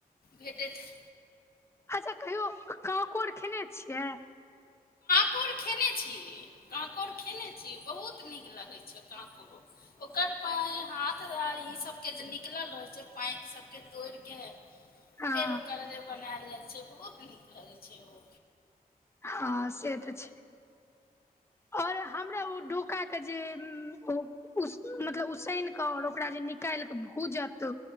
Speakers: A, on the left; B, on the left.
A: भेटैत छै।
B: अच्छा! कहियो ककोर खेने छियै?
A: ककोर खेने छी, कांकोड़ खेने छी, बहुत नीक लगै छै, कांकोड़ो ओ ओकर पैर हाथ, आर ई सब के जे निकलल रहे छै, पैंर सबके तोड़ के।
B: हँ
A: फेर ओकर जे बनायल जाइ छै, बहुत नीक रहगै छै ओ।
B: हँ से तऽ छै। और हमरा ओ डोका के जे, <unintelligible> मतलब उसान के और ओकरा जे काल्हि के भूजत